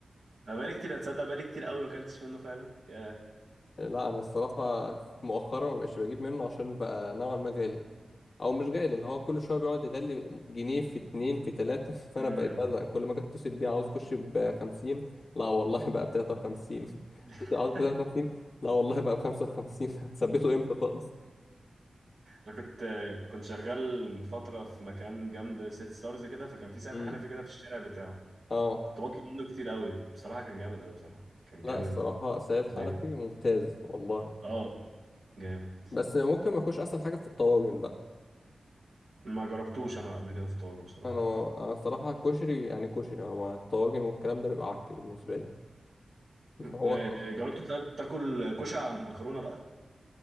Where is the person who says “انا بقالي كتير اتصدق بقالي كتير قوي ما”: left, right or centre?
Right